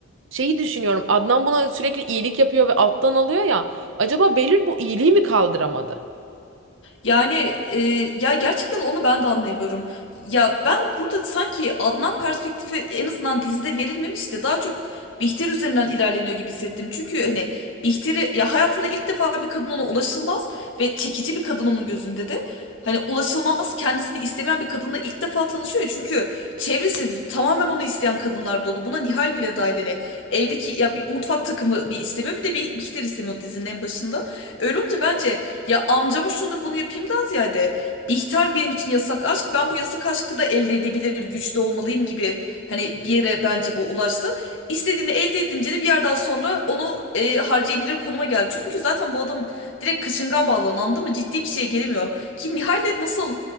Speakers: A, on the right; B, on the left.
A: Şeyi düşünüyorum. Adnan buna sürekli iyilik yapıyor ve alttan alıyor ya. Acaba Behlül bu iyiliği mi kaldıramadı?
B: Yani e, ya gerçekten onu ben de anlayamıyorum. Ya ben burada sanki Adnan perspektifi en azından dizide verilmemiş de daha çok Bihter üzerinden ilerleniyor gibi hissettim. Çünkü hani Bihter'i ya hayatında ilk defa bir kadın ona ulaşılmaz ve çekici bir kadın onun gözünde de. Hani ulaşılmaz kendisini istemeyen bir kadınla ilk defa tanışıyor. Çünkü çevresi tamamen onu isteyen kadınlar dolu. Buna Nihal bile dahil. hani. evdeki ya bir mutfak takımı bir istemiyor bir de bir Bihter istemiyor dizinin en başında. Öyle olunca bence ya amcama şunu bunu yapayımdan ziyade Bihter benim için yasak aşk ben bu yasak aşkı da elde edebilir güçte olmalıyım gibi hani bir yere bence bu ulaştı. İstediğini elde edince de bir yerden sonra onu e, harcayabilir konuma geldi. Çünkü zaten bu adam direkt kaçıngan bağlanan anladın mı ciddi bir şeye gelemiyor. Ki Nihal'le nasıl